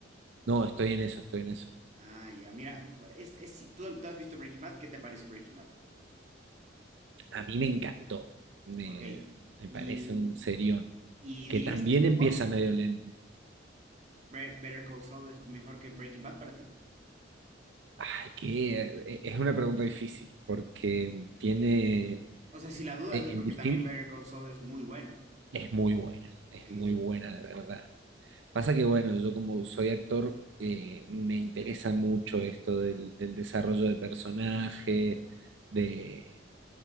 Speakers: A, on the right; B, on the right.
A: No, estoy en eso, estoy en eso.
B: Ah, ya. Mira, es, es, ¿tú, tú has visto Breaking Bad? ¿Qué te parece Breaking Bad?
A: A mí me encantó, me,
B: Ok.
A: me
B: ¿Y,
A: parece un serión,
B: y
A: que
B: dirías
A: también
B: que es mejor?
A: empieza medio lento.
B: Bre- ¿Better Call Saul es mejor que Breaking Bad para ti?
A: Ay, que eh, es una pregunta difícil, porque tiene, eh,
B: O sea, si la dudas
A: en
B: es porque
A: distinto,
B: también Better Call Saul es muy buena.
A: es muy buena,
B: Ok.
A: es muy buena de verdad. Pasa que, bueno, yo como soy actor, eh, me interesa mucho esto del, del desarrollo de personaje, de,